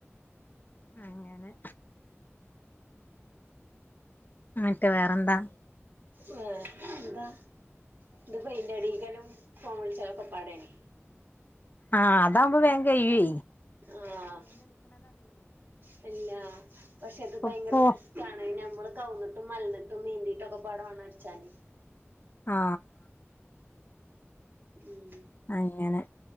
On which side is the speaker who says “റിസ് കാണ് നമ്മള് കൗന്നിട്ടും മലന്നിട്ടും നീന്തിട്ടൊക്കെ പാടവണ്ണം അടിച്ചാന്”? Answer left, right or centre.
Right